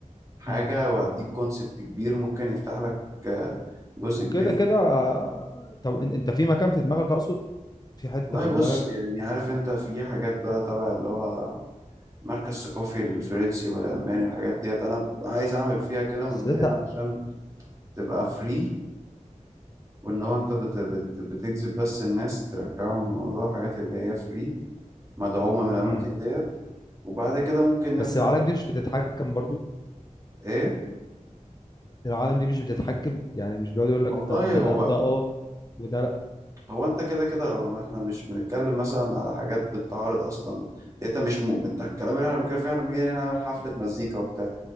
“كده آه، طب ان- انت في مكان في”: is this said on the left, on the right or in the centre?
Left